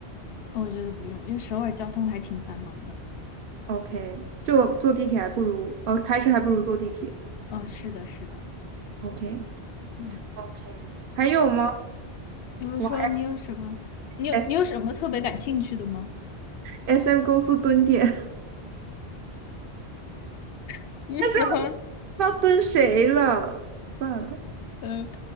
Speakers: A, on the left (about 65°); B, on the right (about 60°).
A: 呃我觉得不用，因为首尔交通还挺繁忙的。
B: ，OK，就坐地铁还不如，哦，开车还不如坐地铁
A: 嗯，是的，是的。
B: ，OK。
A: 嗯。
B: OK，还有吗？
A: 比如说，
B: 哇
A: 你有什么？你有你有什么特别感兴趣的吗？
B: ，S S M 公司蹲点，<laughs>
A: <laughs> 你喜欢
B: 但是我不知道蹲谁了，算了，
A: 嗯，